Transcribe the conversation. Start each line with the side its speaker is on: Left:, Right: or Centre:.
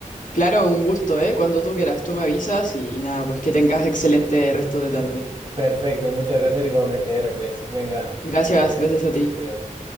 Left: Claro, un gusto, ¿eh? Cuando tú quieras, tú me avisas y, y nada, pues que tengas excelente resto de tarde.
Right: Perfecto, muchas gracias igualmente, Heracles. Venga,
Left: Gracias,
Right: buenos días.
Left: gracias a ti.
Right: Adiós.